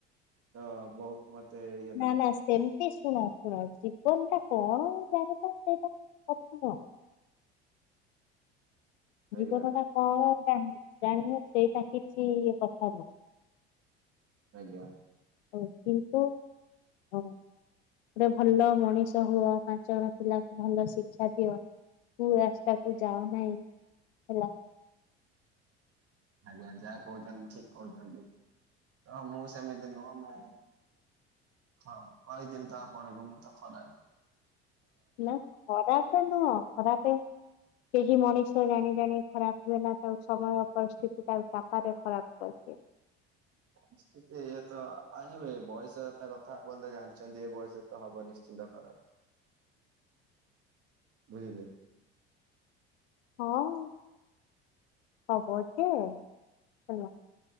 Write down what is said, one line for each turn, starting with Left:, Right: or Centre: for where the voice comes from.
Right: ତ ବହୁତ୍ ମତେଇ
Left: ନା ନା ସେମ୍ ଏ ଶୁଣ ଶୁଣ ଜୀବନ୍ ଟା କଣ ଜାଣିବା ସେଇଟା କଥା ନୁହଁ
Right: ଆଜ୍ଞା
Left: ଜୀବନ ଟା କଣ ଜାଣି ଜାଣିନୁ ସେଇଟା କିଛି କଥା ନୁହ
Right: ଆଜ୍ଞା।
Left: ହ କିନ୍ତୁ ହଁ। ଗୋଟେ ଭଲ ମଣିଷ ହୁଅ ପାଞ୍ଚ ଜଣ ପିଲାକୁ ଭଲ ଶିକ୍ଷା ଦିଅ କୁ ରାସ୍ତାକୁୁ ଯାଅ ନାହିଁ ହେଲା।
Right: ଆଜ୍ଞା ଯାହା କହୁଛନ୍ତି ଠିକ୍ କହୁଛନ୍ତି ତ ମୁଁ ସେମିତି ନୁହଁ ମୁଁ ହଁ କହିଥିଲି ତ ଆପଣଙ୍କୁ ମୁଁ ତ ଖରାପ୍
Left: ହେଲା ଖରାପ୍ ଟା ନୁହ ଖରାପେ କେହି ମଣିଷ ଜାଣି ଜାଣି ଖରାପ୍ ହୁଏନା ତାକୁ ସମୟ ପରିସ୍ଥିତି ତାକୁ ଚାପରେ ଖରାପ୍ କର୍ଦିଏ।
Right: ପରିସ୍ଥିତି ଏୟାତ ଆ ଏବେ ବୟସ ତା କଥା ଆପଣନ୍ତ ଜାଣିଚନ୍ତି ଏ ବୟସ ତ ହବ ନିଶ୍ଚିନ୍ତ କର।
Left: <inaudible>
Right: ବୁଝିଲେ?
Left: ହଁ ହବ ଯେ ହେଲା